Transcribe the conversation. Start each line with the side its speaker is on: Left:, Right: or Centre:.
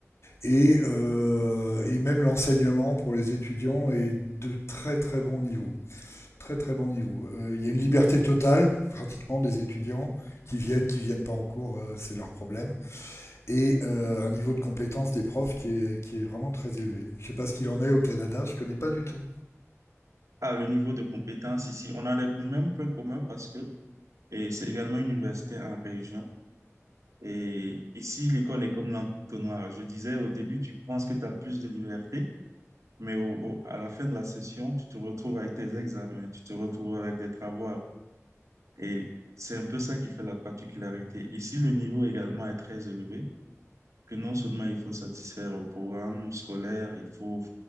Left: et, euh, et même l'enseignement pour les étudiants est de très très bon niveau. Très très bon niveau. Euh, il y a une liberté totale pratiquement des étudiants qui viennent, qui viennent pas en cours, euh, c'est leur problème et euh, un niveau de compétence des profs qui est, qui est vraiment très élevé. Je ne sais pas ce qu'il en est au Canada, je ne connais pas du tout.
Right: Ah, le niveau de compétence ici, on a les mêmes points communs parce que et c'est également une université en région. Et ici, l'école est comme l'entonnoir. Je disais au début, tu penses que tu as plus de liberté, mais au- au- à la fin de la session, tu te retrouves avec tes examens, tu te retrouves avec des travaux Et c'est un peu ça qui fait la particularité. Ici, le niveau également est très élevé, que non seulement il faut satisfaire au programme scolaire, il faut